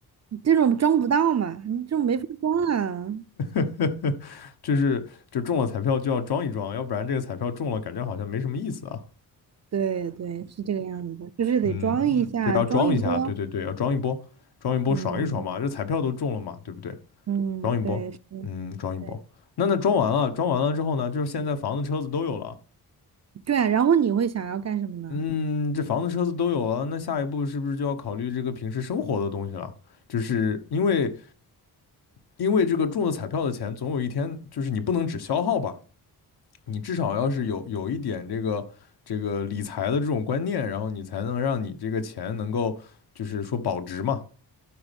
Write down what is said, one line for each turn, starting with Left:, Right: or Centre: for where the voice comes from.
Right: 这种装不到嘛，你这种没法装啊。
Left: <laughs> 就是就中了彩票就要装一装，要不然这个彩票中了感觉好像没什么意思啊。
Right: 对对，是这个样子的，就是得装一下，
Left: 嗯，就要装一下，
Right: 装一波。
Left: 对对对，要装一波，装一波爽一爽嘛，
Right: 嗯
Left: 这彩票都中了嘛，对不对？
Right: 嗯，
Left: 装一波，
Right: 对，是的
Left: 嗯，装一波。
Right: 对
Left: 那那装完了，装完了之后呢，就是现在房子、车子都有了，
Right: 对啊然后你会想要干什么呢？
Left: 嗯，这房子、车子都有了，那下一步是不是就要考虑这个平时生活的东西了？就是因为因为这个中了彩票的钱，总有一天就是你不能只消耗吧，你至少要是有有一点这个这个理财的这种观念，然后你才能让你这个钱能够就是说保值嘛。